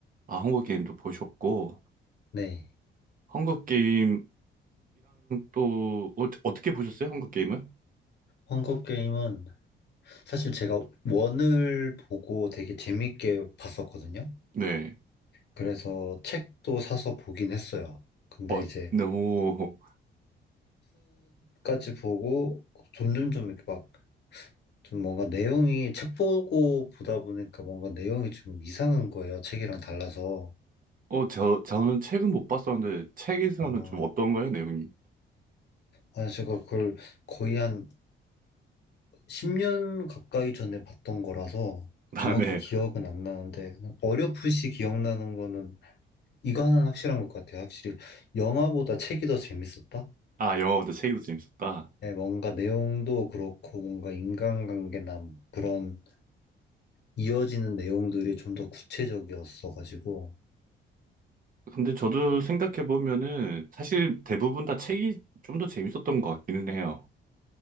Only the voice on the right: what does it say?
아, 헝거 게임도 보셨고
헝거 게임이랑 또 어, 어떻게 보셨어요? 헝거 게임은?
네.
어,
너무
어, 저 저는 책은 못 봤었는데 책에서는
좀 어떤가요, 내용이?
<laughs> 아,
네.
아, 영화보다 책이 더 재밌었다.
근데 저도 생각해 보면은 사실 대부분 다 책이 좀 더 재밌었던 것 같기는 해요.